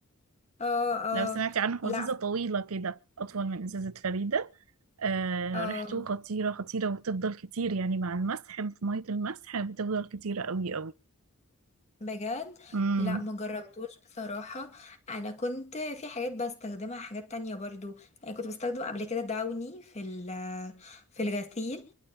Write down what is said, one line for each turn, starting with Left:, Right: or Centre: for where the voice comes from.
Left: اه اه
Right: لو سمعتي عنه هو
Left: لا
Right: ازازه طويله كده اطول من ازازه فريده آه
Left: اه
Right: ريحته خطيره خطيره وبتفضل كتير يعني مع المسح في ميه المسح بتفضل كتيره قوي
Left: بجد
Right: قوي
Left: لا مم. مجربتوش بصراحة انا كنت في حاجات بستخدمها حاجات تانية برضو يعني كنت بستخدم قبل كده داوني في ال- في الغسيل